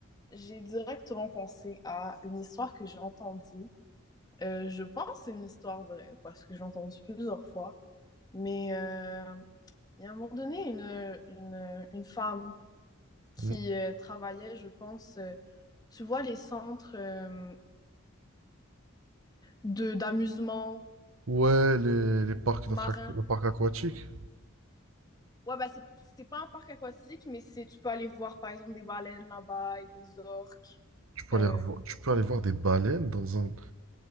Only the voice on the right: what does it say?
Mm.
Ouais, les, les parcs
d'attractions, les parcs aquatiques,
tu peux
aller, revo- tu peux aller voir des baleines dans un,